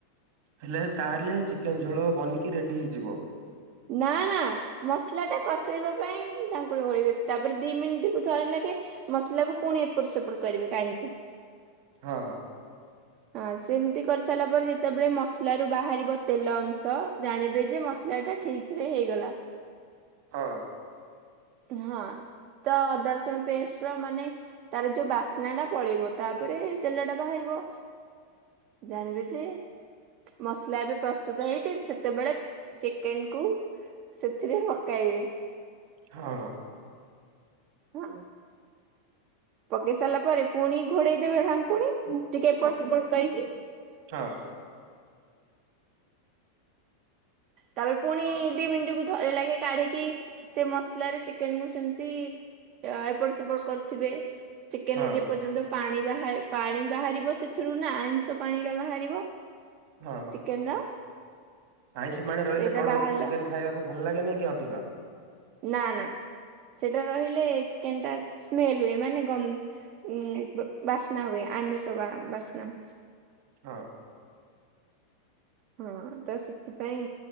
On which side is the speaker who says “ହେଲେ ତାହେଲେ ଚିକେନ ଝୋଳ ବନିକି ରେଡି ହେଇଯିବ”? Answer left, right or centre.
Right